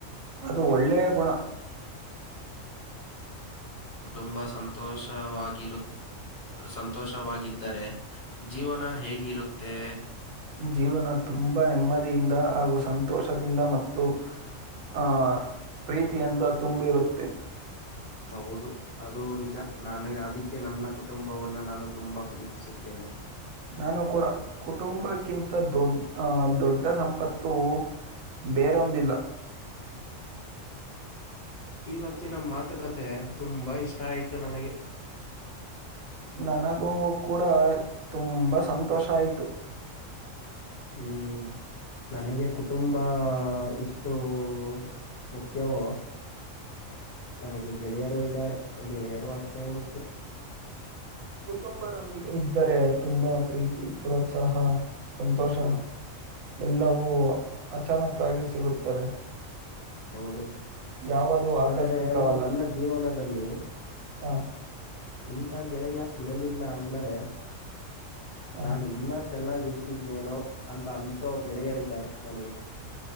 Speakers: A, on the right; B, on the left.
A: ಅದು ಒಳ್ಳೆಯ ಗುಣ
B: ಕುಟುಂಬ ಸಂತೋಷವಾಗಿರು ಸಂತೋಷವಾಗಿದ್ದರೆ ಜೀವನ ಹೇಗಿರುತ್ತೆ
A: ಜೀವನ ತುಂಬಾ ನೆಮ್ಮದಿಯಿಂದ ಹಾಗೂ ಸಂತೋಷದಿಂದ ಮತ್ತು ಆಹ್ ಪ್ರೀತಿಯಿಂದ ತುಂಬಿರುತ್ತೆ
B: ಹೌದು ಅದು ನಿಜ ನಾನು ಅದಕ್ಕೆ ನನ್ನ ಕುಟುಂಬವನ್ನ ನಾನು ತುಂಬಾ ಪ್ರೀತಿಸುತ್ತೇನೆ
A: ನಾನು ಕೂಡ ಕುಟುಂಬಕ್ಕಿಂತ ದೊಡ್ಡ ಅಹ ದೊಡ್ಡ ಸಂಪತ್ತು
B: ಹ್ಮ್
A: ಬೇರೊಂದಿಲ್ಲ
B: ಇವತ್ತಿನ ಮಾತುಕತೆ ತುಂಬಾ ಇಷ್ಟ ಆಯ್ತು ನನಗೆ
A: ನನಗೂ ಕೂಡ ತುಂಬಾ ಸಂತೋಷ ಆಯ್ತು
B: ಹ್ಮ್ ನನಗೆ ಕುಟುಂಬ ಇಷ್ಟು ಹ ಮುಖ್ಯವೋ ನನಗೆ ಗೆಳೆಯರು ಇದ್ದಾರೆ ಗೆಳೆಯರು ಅಷ್ಟೇ ಮುಖ್ಯ
A: ಕುಟುಂಬರೊಂದಿಗೆ ಇದ್ದರೆ ತುಂಬಾ ಪ್ರೀತಿ ಪ್ರೋತ್ಸಾಹ ಸಂತೋಷ
B: ಹ್ಮ್
A: ಎಲ್ಲವೂ ಅಚಾನಕ್ಕಾಗಿ ಸಿಗುತ್ತದೆ
B: ಹೌದು
A: ಯಾವುದು ಆಕಸ್ಮಿಕವಲ್ಲ
B: ಆದರೆ ನನ್ನ ಜೀವನದಲ್ಲಿ
A: ಹ
B: ಇಂಥ ಗೆಳೆಯ ಇರಲಿಲ್ಲ ಅಂದರೆ
A: ಹಾ
B: ನಾನು ಇನ್ನ ಚೆನ್ನಾಗಿರ್ತಿದ್ನೇನೋ ಅಂತ ಅನ್ಸೋ ಗೆಳೆಯರಿದ್ದಾರೆ ನನಗೆ